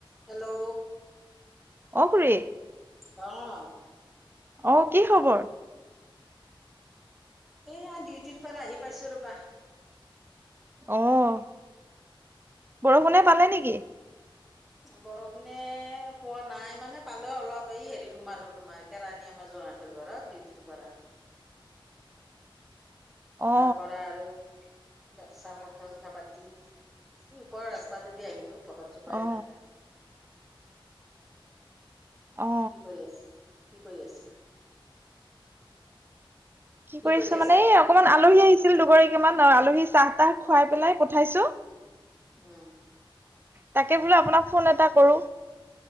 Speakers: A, in the centre; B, on the right.
A: Hello
B: অ', খুৰি
A: অ',
B: অ', কি খবৰ?
A: এয়া ডিউটিৰ পৰা আহি পাইছো ৰবা।
B: অ', বৰষুণে পালে নেকি?
A: বৰষুণে পোৱা নাই মানে পালো অলপ এই হেৰিত সোমালো তোমাৰ কেৰাণী আমাৰ জোঁৱাই হঁতৰ ঘৰত ডিউটিৰ পৰা
B: অ
A: তাৰ পৰা আৰু লেকচাৰ কথা চথা পাতি, এই ওপৰৰ ৰাস্তাটো দি আহিলো ভকত চুপাই
B: অ
A: এনেকে
B: অ
A: কি কৰি আছে, কি কৰি আছা?
B: কি কৰিছো
A: কৰি আছা
B: মানে এই অকমান আলহী আহিছিল দুগৰীকীমান অ' আলহী চাহ তাহ খুৱাই পেলাই পঠাইছো।
A: উম,
B: তাকে বোলে আপোনাক ফোন এটা কৰো।